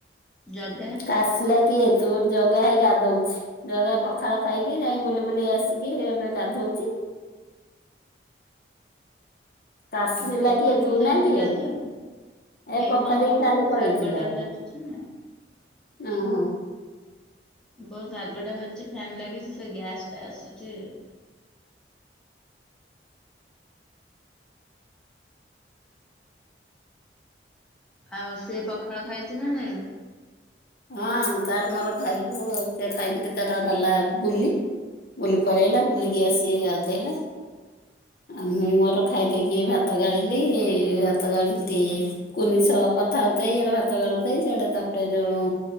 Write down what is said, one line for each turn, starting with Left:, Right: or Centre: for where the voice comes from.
Centre: ଜଗା?
Left: କାଶିଲା କିଏ ତୋ ଜଗା ଭାଇ ଗାଧଉଚି। ଜଗା ପଖାଳ ଖାଇକି ଯାଇ ବୁଲି ବୁଲି ଆସିକି ଏବେ ଗାଧଉ ଉଚି। କାଶୀ ହେଲା
Centre: ପୋଖରୀକି
Left: କିଏ ତୁ
Centre: ଯାଉନି
Left: ନା କିଏ?
Centre: ଗାଧେଇବାକୁ।
Left: ଏ
Centre: ଏଇ
Left: ପୋଖରୀକୁ
Centre: ମୋ ବୋଉ
Left: କାଲି
Centre: କୁ
Left: ପଳେଇଥିଲେ।
Centre: ଶାଗ ଟା ଭାଜୁଛି ନା
Left: ଓ ହୋ।
Centre: ବୋଉ ଶାଗ ଟା ଭାଜୁଚି ଫ୍ୟାନ୍ ଲାଗିଚି ସେ ଗ୍ୟାସ ଟା ଆସୁଚି।
Left: <inaudible>
Centre: ଆଉ ସିଏ ପଖାଳ ଖାଇଚି ନା ନାଇଁ?
Left: ହଁ ତାର ମୋର ଖାଇଲୁ ସେ ଖାଇକି ତ ତାର ଗଲା ବୁଲି। ବୁଲି ପଳେଇଲା ବୁଲିକି ଆସୀକି ଗାଧୋଇଲା। ଆ ମୁଁ ମୋର ଖାଇଦେଇକି ଭାତ ଗାଳିଲି ଭାତ ଗାଳିକିରି କୁନିଷ କଥା ହଉଥାଏ ଏଇଆଡ଼େ ଭାତ ଗାଳୁଥାଏ। ସାଡେ଼ ତାକ ରଇଜଉ